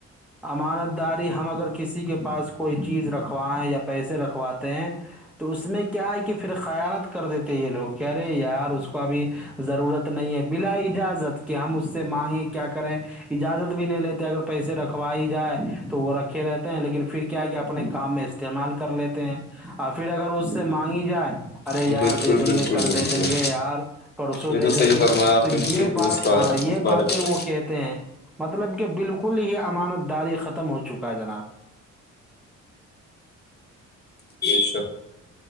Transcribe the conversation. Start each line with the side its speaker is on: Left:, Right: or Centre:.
Centre: امانت داری ہم اگر کسی کے پاس کوئی چیز رکھوائیں یا پیسے رکھواتے ہیں تو اس میں کیا ہے کہ پھر خیانت کر دیتے یہ لوگ کہہ رہے ہیں یار اس کو ابھی ضرورت نہیں ہے بلا اجازت کہ ہم اس سے مانگیں کیا کریں اجازت بھی نہیں لیتے اگر پیسے رکھوائی جائے تو وہ رکھے رہتے ہیں لیکن پھر کیا ہے کیا اپنے کام میں استعمال کر لیتے ہیں اور پھر اگر اس سے مانگی جائے ارے
Left: بالکل
Centre: یار دے دیں
Left: بالکل
Centre: گے کل
Left: بالکل
Centre: دے دیں گے یار پرسوں
Left: یہ
Centre: دے
Left: تو
Centre: دیں
Left: صحیح
Centre: گے
Left: فرمایا آپ
Centre: تو
Left: نے بالکل
Centre: یہ بات
Left: درست کہا
Centre: ہاں
Left: ہے
Centre: یہ
Left: اس بارے
Centre: باتیں
Left: میں
Centre: وہ کہتے ہیں مطلب کہ بالکل ہی امانت داری ختم ہو چکا ہے جناب
Left: <unintelligible>